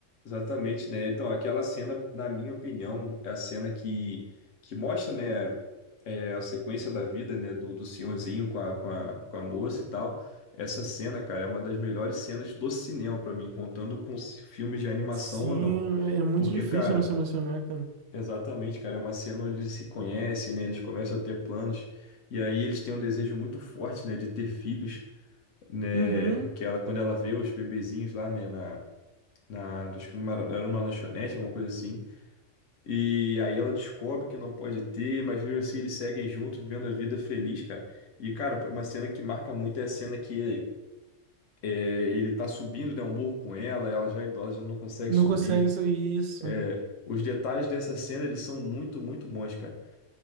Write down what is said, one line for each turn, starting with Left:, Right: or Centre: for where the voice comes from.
Left: Exatamente, né? Então, aquela cena, na minha opinião, é a cena que, que mostra, né, é, a sequência da vida, né, do, do senhorzinho com a, com a, com a moça e tal. Essa cena, cara, é uma das melhores cenas do cinema pra mim, contando com os filmes de animação
Right: Sim,
Left: ou não.
Right: é é muito
Left: Porque,
Right: difícil
Left: cara,
Right: não se emocionar, cara.
Left: exatamente, cara, é uma cena onde eles se conhecem, né, eles começam a ter planos, e aí eles têm um desejo muito forte, né, de ter filhos, né,
Right: Uhum,
Left: que ela, quando ela vê os bebezinhos lá, né, na na, acho que numa, era numa lanchonete, alguma coisa assim. E aí ela descobre que não pode ter, mas mesmo assim eles seguem junto, vivendo a vida feliz, cara. E, cara, uma cena que marca muito é a cena que ele, é, ele tá subindo, né, um morro com ela, ela já é idosa, já não consegue
Right: não
Left: subir.
Right: consegue isso. isso.
Left: É, os detalhes dessa cena, eles são muito, muito bons, cara.